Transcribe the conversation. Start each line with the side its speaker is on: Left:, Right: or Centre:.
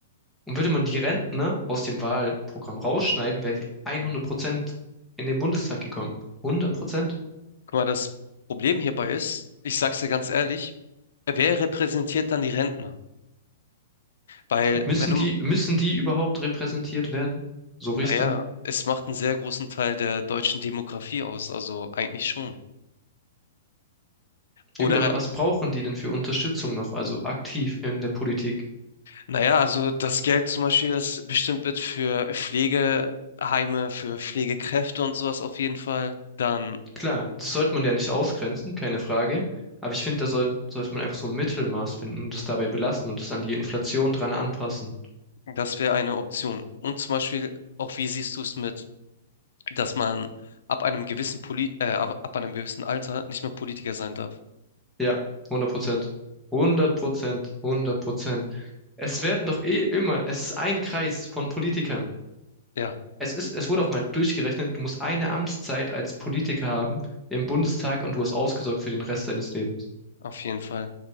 Centre: Und würde man die Rentner aus dem Wahlprogramm rausschneiden, wäre die 100% in den Bundestag gekommen. 100%.
Left: Guck mal, das Problem hierbei ist, ich sag's dir ganz ehrlich, wer repräsentiert dann die Rentner? Weil,
Centre: Müssen
Left: wenn du,
Centre: die, müssen die überhaupt repräsentiert werden? So richtig?
Left: naja, es macht einen sehr großen Teil der deutschen Demografie aus, also eigentlich schon. Oder
Centre: Ja gut, aber was brauchen die denn für Unterstützung noch, also aktiv in der Politik?
Left: Naja, also das Geld zum Beispiel, das bestimmt wird für Pflegeheime, für Pflegekräfte und sowas auf jeden Fall, dann
Centre: Klar, das sollte man ja nicht ausgrenzen, keine Frage. Aber ich finde, da soll, sollte man einfach so ein Mittelmaß finden und das dabei belassen und das an die Inflation dran anpassen.
Left: das wäre eine Option. Und zum Beispiel auch, wie siehst du es mit, dass man ab einem gewissen Poli äh, ab, ab einem gewissen Alter nicht mehr Politiker sein darf?
Centre: Ja, hundert Prozent. hundert Prozent, hundert Prozent. Es werden doch eh immer, es ist ein Kreis von Politikern.
Left: Ja,
Centre: Es ist, es wurde auch mal durchgerechnet, du musst eine Amtszeit als Politiker haben im Bundestag und du hast ausgesorgt für den Rest deines Lebens.
Left: auf jeden Fall.